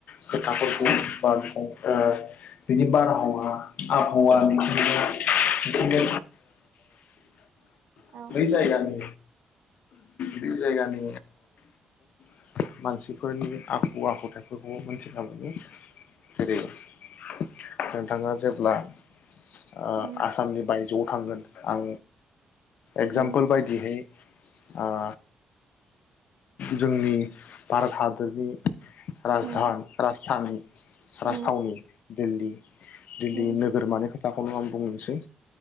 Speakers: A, on the left (about 60°); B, on the right (about 80°).
A: खोथाफोरखौ
B: औ
A: बा ओ बिनि बारहावा आबहावा
B: औ
A: मिथिंगा <inaudible> बै
B: औ
A: जायगानि बे जायगानि <inaudible> मानसिफोरनि आखु आखुथाइफोरखौ मोन्थिना मोनो। जेरै नोंथाङा जेब्ला ओ
B: उम
A: आसामनि बाय ज' थांगोन आं एक्जामपोल
B: उम
A: बायदिहै ओ जोंनि भारत हादोरनि राजधान
B: उम
A: राजथान राजथावनि
B: उम
A: दिल्ली, दिल्ली
B: उम
A: नोगोर मानि खो थाखौनो आं बुंनोसै।